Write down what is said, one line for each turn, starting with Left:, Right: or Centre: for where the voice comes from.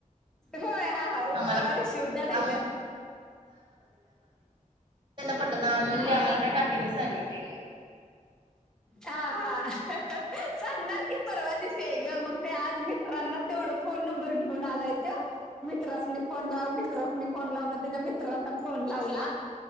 Centre: होय हा. हा
Right: <unintelligible> त्यांना
Centre: परवा दिवशी उद्या नाही का
Right: पटन मी म्हणलं
Centre: हा
Right: आम्हाला
Centre: हा
Right: काय काकीनं सांगितलेली हाय.
Centre: हा हा. सांगणार की, परवा दिवसी हाय ग, मग ते आज मी रानात तेवढ फोन नंबर घेऊन आलाय त्यो, मित्रासनी फोन लाव मित्रासनी फोन लाव, म त्याच्या मित्रांना फोन लावला.